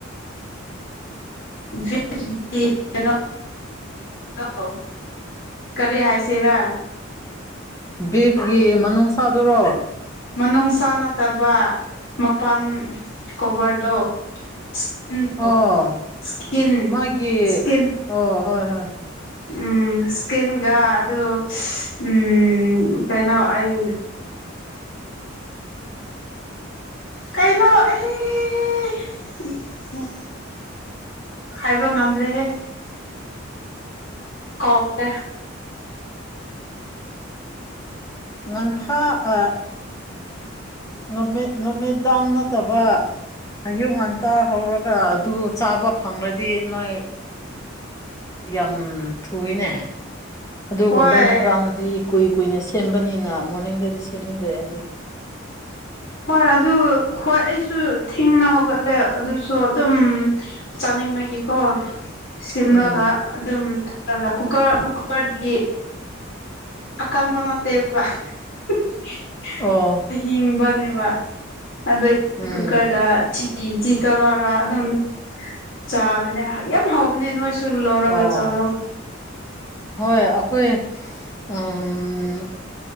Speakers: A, on the left; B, on the left.
A: <unintelligible> ꯀꯩꯅꯣ ꯍꯜꯂꯣ ꯀꯔꯤ ꯍꯥꯏꯁꯤꯔꯥ
B: ꯕꯤꯐꯀꯤ ꯃꯅꯨꯡꯁꯥꯗꯨꯔꯣ
A: ꯃꯅꯨꯡꯁꯥ ꯅꯗꯕ ꯃꯄꯥꯟ ꯀꯣꯚꯔꯗꯣ ꯁꯀꯤꯟꯗꯣ
B: ꯑꯣ
A: ꯁꯀꯤꯜ
B: ꯃꯥꯒꯤ
A: ꯁꯀꯤꯜ
B: ꯑꯣ ꯍꯣꯏ ꯍꯣꯏ
A: ꯎꯝ ꯏꯁꯀꯤꯟ ꯑꯗꯨ ꯎꯝ ꯀꯩꯅꯣ ꯑꯩ ꯀꯩꯅꯣ ꯑꯩ ꯎ ꯍꯥꯏꯕ ꯉꯝꯗ꯭ꯔꯦꯍꯦ ꯀꯥꯎꯈꯔꯦ
B: ꯉꯟꯊꯥ ꯑꯥ ꯅꯨꯃꯤꯠ ꯅꯨꯃꯤꯗꯥꯡ ꯅꯠꯇꯕ ꯑꯌꯨꯛ ꯉꯟꯇꯥ ꯍꯧꯔꯒ ꯑꯗꯨ ꯆꯥꯕ ꯐꯪꯂꯗꯤ ꯅꯣꯏ ꯌꯥꯝ ꯊꯨꯏꯅꯦ ꯑꯗꯨꯒꯨꯝꯕ
A: ꯍꯣꯏ
B: ꯌꯦꯟꯁꯥꯡꯗꯤ ꯀꯨꯏ ꯀꯨꯏꯅ ꯁꯦꯝꯕꯅꯤꯅ ꯃꯣꯔꯅꯤꯡꯗꯗꯤ ꯁꯦꯝꯅꯤꯡꯗ꯭ꯔꯦ ꯑꯩꯗꯤ
A: ꯍꯣꯏ ꯑꯗꯨ ꯍꯣꯏ ꯑꯩꯁꯨ ꯊꯦꯡꯅ ꯍꯧꯒꯠꯂꯦ ꯑꯗꯨꯁꯨ ꯑꯗꯨꯝ ꯆꯅꯤꯡꯕꯒꯤꯀꯣ ꯁꯦꯝꯂꯒ
B: ꯎꯝ
A: ꯑꯗꯨꯝ ꯑꯗꯨꯒ ꯀꯨꯀꯔ ꯀꯨꯀꯔꯗꯒꯤ ꯑꯀꯥꯡꯕ ꯅꯠꯇꯦ ꯄꯨꯔꯥ ꯍꯤꯍꯤ
B: ꯑꯣ
A: ꯑꯍꯤꯡꯕꯅꯦꯕ ꯑꯗꯒꯤ
B: ꯎꯝ
A: ꯀꯨꯀꯔꯗ ꯏꯤ ꯆꯤ ꯇꯧꯂꯛꯒ ꯑꯗꯨꯝ ꯆꯥꯕꯅꯦ ꯌꯥꯝ ꯍꯧꯕꯅꯦ ꯅꯣꯏꯁꯨ ꯂꯧꯔꯒ
B: ꯑꯣ
A: ꯆꯔꯣ
B: ꯍꯣꯏ ꯑꯩꯈꯣꯏ ꯎꯝ